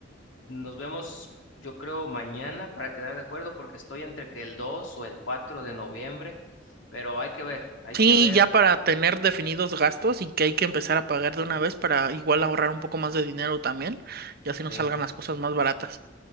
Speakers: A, on the left (about 80°); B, on the right (about 55°).
A: nos vemos, yo creo, mañana para quedar de acuerdo porque estoy entre que el 2 o el 4 de noviembre, pero hay que ver, hay
B: Sí,
A: que ver.
B: ya para tener definidos gastos y que hay que empezar a pagar de una vez para igual ahorrar un poco más de dinero también, y así nos
A: Sí.
B: salgan las cosas más baratas.